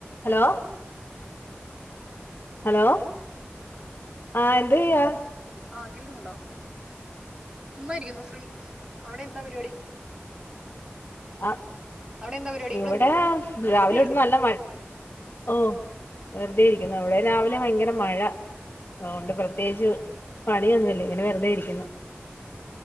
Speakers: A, on the left; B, on the right.
A: Hello hello ആഹ് എന്തയ്യാ
B: ആഹ് കേൾക്കുന്നുണ്ടോ ചുമ്മായിരിക്കുന്നു ഫ്രീ അവിടെ എന്താ പരിപാടി
A: ആഹ്
B: അവിടെ എന്താ പരിപാടി
A: ഇവിടെ
B: ഒന്നുമില്ല
A: രാവിലെ
B: വെറുതെ
A: തൊട്ട്
B: ഇരിക്കുന്നു
A: നല്ല മഴ ഓ വെറുതെ ഇരിക്കുന്നു അവിടെ രാവിലെ ഭയങ്കര മഴ അതുകൊണ്ട് പ്രത്യേകിച്ച് പണിയൊന്നു ഇല്ല ഇങ്ങെനെ വെറ്തെ ഇരിയ്ക്കുന്നു